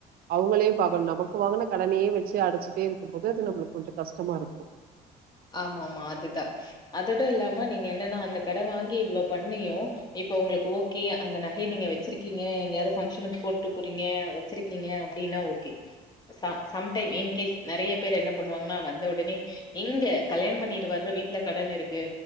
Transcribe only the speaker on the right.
அவுங்களயு பாக்கணு நமக்கு வாங்குன கடனயே வெச்சி அடச்சிட்டே இருக்கும் போது அது நம்புளுக்கு கொஞ்ச கஷ்டமா இருக்கு